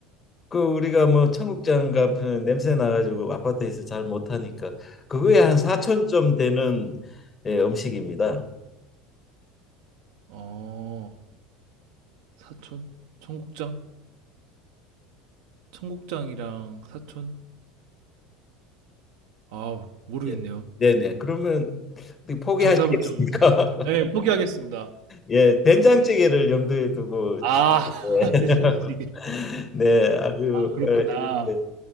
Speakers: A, on the left; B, on the right.
A: 그 우리가 뭐 청국장 같은 냄새 나가지고 아파트에서 잘 못하니까 그거에 한 4천 점 되는 예, 음식입니다.
B: 어 사촌? 청국장? 청국장이랑 사촌? 아 모르겠네요.
A: 예. 네네. 그러면 어떻게 포기하시겠습니까?
B: 정답을 좀 네,
A: <laughs>
B: 포기하겠습니다.
A: 예, 된장찌개를 염두에 두고
B: 아,
A: 지금,
B: <laughs>
A: 예. <laughs>
B: 대단하시게.
A: 네, 아주
B: 그렇구나.
A: 어, 이렇게